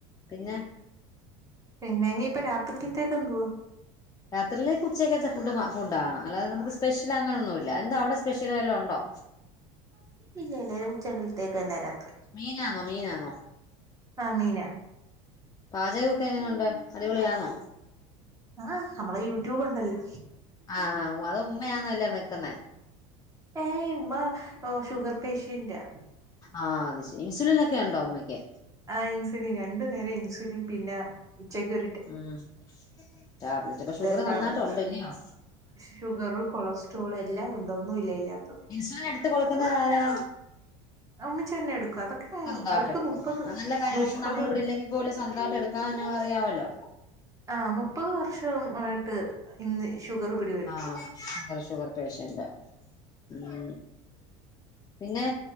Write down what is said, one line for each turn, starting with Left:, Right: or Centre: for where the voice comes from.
Left: പിന്നെ
Right: പിന്നെ ഇനിയിപ്പൊ രാത്രികത്തേക്ക് എന്തുവാ.
Left: രാത്രിയിൽ ഉച്ചയ്ക്കത്ത ഫുഡ് ഫുഡാണ് അല്ലാതെ നമുക്ക് സ്പെഷ്യൽ അങ്ങനൊന്നുല്ല എന്താ അവിടെ സ്പെഷ്യൽ വല്ലോ ഉണ്ടോ?
Right: ഇല്ല ഇല്ല ഉച്ചകൽതേക്കന്നെരാ
Left: മീനാണോ മീനാണോ.
Right: ആ മീന
Left: പാചകമക്കെ എങ്ങനെുണ്ട്ോ അടിപൊളിയാന്നോ
Right: ആഹ് നമ്മളെ യൂട്യൂബ് ഉണ്ടല്ലോ
Left: ആഹ അത് ഉമ്മയാന്ന്എല്ലാം വെക്കുന്നേ
Right: ഏയ് ഉമ്മ ഷുഗർ പേഷ്യന്റ്
Left: ആഹ് അത് ശരി ഇൻസുലിൻ ഒക്കെ ഉണ്ടോ ഉമ്മയ്ക്ക്
Right: ആ ഇൻസുലിൻ രണ്ടു നേരം ഇൻസുലിൻ പിന്നെ ചെക്ബ
Left: ഉം ടാബ്ലറ്റ്അപ്പൊ
Right: ഇതെല്ലാം
Left: ഷുഗർ നന്നായിട്ട്
Right: ഉണ്ട്
Left: ഉണ്ട്അല്ലയോ
Right: ഷുഗർ കൊളസ്ട്രോൾ എല്ലാം ഉണ്ട് ഒന്നും ഇഇല്ലാത്തത്
Left: ഇൻസുലിൻ എടുത്ത് കൊടുക്കുന്നത് ആാരാ
Right: ഉമ്മച്ചി തന്നെ എടുക്കും അതൊക്കെ
Left: സ്വന്തമായിട്ട്
Right: അവർക്ക്
Left: എടുക്കും
Right: മുപ്പത്
Left: അത് നല്ല കാര്വക
Right: മുപ്പത്
Left: നമ്മൾ ഇവിടെ ഇല്ലെങ്കിൽ പോലും സ്വന്തമായിട്ട് എടുക്കാനറിയാലോ അറിയാമല്ലോ
Right: ആ മുപ്പത് വർഷ ആയിട്ട് ഇന്ന് ഷുഗർ പിടിപെട്ടു
Left: ആ ശുവർ ശുവർ പേഷ്യന്റ ഉം പിന്നെ